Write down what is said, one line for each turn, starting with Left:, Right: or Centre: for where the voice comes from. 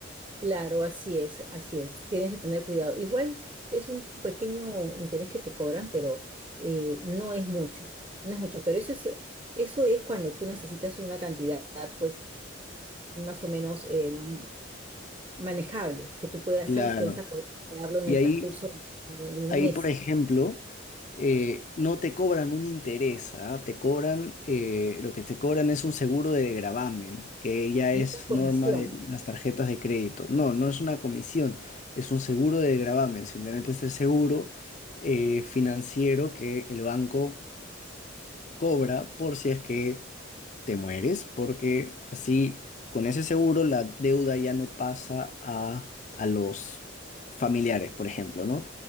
Right: Claro, así es, así es. Tienes que tener cuidado. Igual es un pequeño interés que te cobran, pero eh, no es mucho, no es mucho. Pero eso es, eso es cuando tú necesitas una cantidad, pues, más o menos eh, m- manejable, que tú puedas,
Left: Claro.
Right: sabes que vas a poder pagarlo en
Left: Y
Right: el
Left: ahí,
Right: transcurso de, de un
Left: ahí
Right: mes.
Left: por ejemplo, eh, no te cobran un interés, ¿ah? Te cobran, eh, lo que te cobran es un seguro de gravamen, que ya es
Right: Y una comisión,
Left: norma de las tarjetas de crédito. No, no es una comisión, es un seguro de gravamen, simplemente es el seguro eh, financiero que el banco cobra por si es que te mueres, porque así con ese seguro la deuda ya no pasa a, a los familiares, por ejemplo, ¿no?